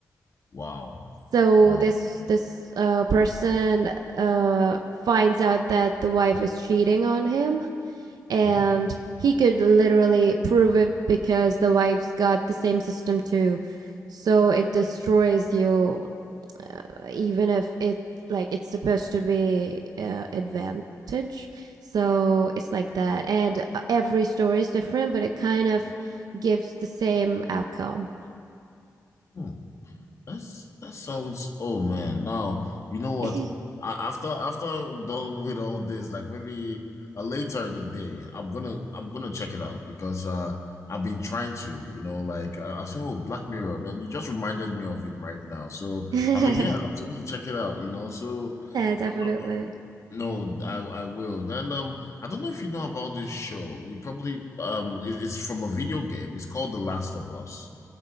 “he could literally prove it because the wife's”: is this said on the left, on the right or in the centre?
Right